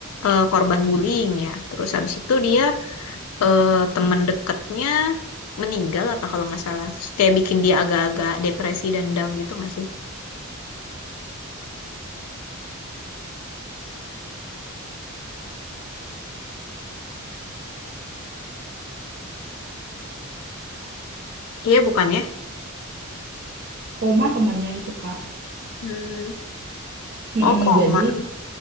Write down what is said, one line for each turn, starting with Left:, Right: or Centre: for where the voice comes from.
Left: eh, korban bullying ya. Terus habis itu dia eh, teman dekatnya meninggal apa kalau nggak salah. Terus kayak bikin dia agak-agak depresi dan down gitu nggak sih? Iya bukan ya?
Right: Koma temannya itu Kak.
Left: Hmm.
Right: Mm-mm,
Left: Oh koma.
Right: jadi